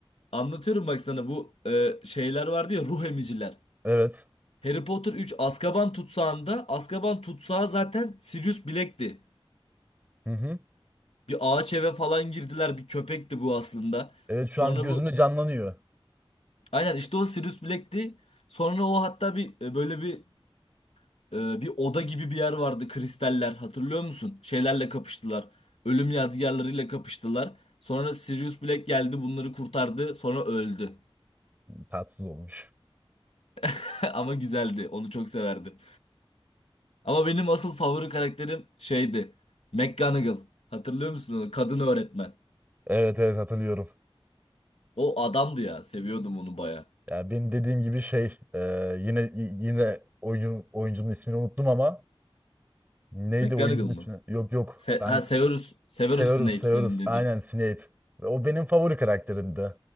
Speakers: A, on the left; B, on the right.
A: Anlatıyorum bak sana bu e, şeyler vardı ya ruh emiciler.
B: Evet.
A: Harry Potter 3 Azkaban tutsağında Azkaban tutsağı zaten Sirius Black'ti.
B: Hı hı.
A: Bir ağaç eve falan girdiler bir köpekti bu aslında.
B: Evet
A: Sonra
B: şu an gözümde
A: bu
B: canlanıyor.
A: Aynen işte o Sirius Black'ti. Sonra o hatta bir e, böyle bir e, bir oda gibi bir yer vardı kristaller hatırlıyor musun? Şeylerle kapıştılar. Ölüm yadigarlarıyla kapıştılar. Sonra Sirius Black geldi bunları kurtardı sonra öldü.
B: Tatsız olmuş.
A: <laughs> Ama güzeldi onu çok severdim. Ama benim asıl favori karakterim şeydi. McGonagall. Hatırlıyor musun onu? Kadın öğretmen.
B: Evet evet hatırlıyorum.
A: O adamdı ya seviyordum onu baya.
B: Ya benim dediğim gibi şey e, yine y- yine oyun oyuncunun ismini unuttum ama neydi
A: McGonagall
B: oyuncunun
A: mı?
B: ismi? Yok yok.
A: Se
B: Ben
A: ha Severus, Severus
B: Severus,
A: Snape
B: Severus.
A: senin dediğin.
B: Aynen Snape. Ve O benim favori karakterimdi.